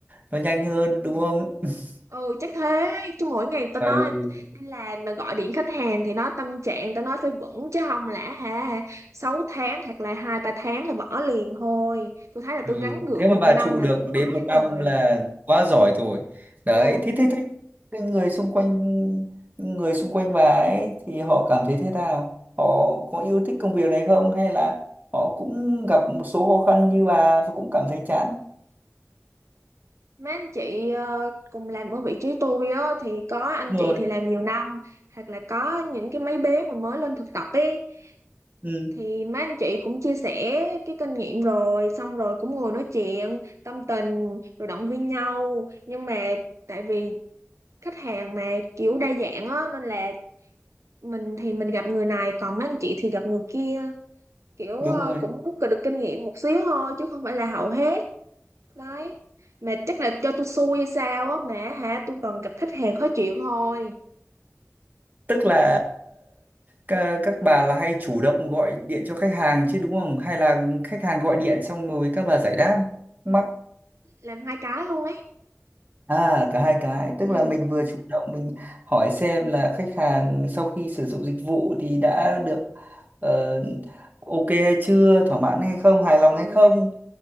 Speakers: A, on the right (about 35°); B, on the right (about 65°).
A: nó nhanh hơn đúng không <laughs>
B: ừ chắc thế chứ mỗi ngày tao
A: ừ,
B: nói đi làm mà gọi điện khách hàng thì nó tâm trạng tao nói phải vững chứ không lẽ ha 6 tháng hoặc là hai ba tháng là bỏ liền thôi tôi thấy là
A: ừ.
B: tôi gắng gượng
A: thế mà
B: một
A: bà
B: năm
A: trụ
B: này
A: được
B: cũng
A: đến
B: quá
A: một năm
B: trời
A: là
B: rồi
A: quá giỏi rồi đấy
B: ừ
A: thế thế thế cái người xung quanh người xung quanh bà ấy thì họ cảm thấy thế nào họ có yêu thích công việc này không hay là họ cũng gặp một số khó khăn như bà và cũng cảm thấy chán
B: mấy anh chị ờ, cùng làm ở vị trí tôi á thì có anh
A: Đúng
B: chị
A: rồi
B: thì làm nhiều năm hoặc là có những cái mấy bé mà mới lên thực tập ý
A: ừ
B: thì mấy anh chị cũng chia sẻ cái kinh nghiệm rồi xong rồi cũng ngồi nói chuyện tâm tình rồi động viên nhau nhưng mà tại vì khách hàng mà kiểu đa dạng á nên là mình thì mình gặp người này còn mấy anh chị thì gặp người kia kiểu
A: đúng
B: ờ,
A: rồi
B: cũng rút được kinh nghiệm một xíu thôi chứ không phải là hậu hết đấy mà chắc là cho tôi xui hay sao á mà hả tôi toàn gặp khách hàng khó chịu thôi
A: tức là các, các bà là hay chủ động gọi điện cho khách hàng chứ đúng không hay là khách hàng gọi điện xong rồi các bà giải đáp mắc
B: làm hai cái luôn ấy
A: à cả hai cái tức
B: ừ
A: là mình vừa chủ động mình hỏi xem là khách hàng sau khi sử dụng dịch vụ thì đã được ờ, ok hay chưa thỏa mãn hay không
B: đúng
A: hài lòng hay không
B: rồi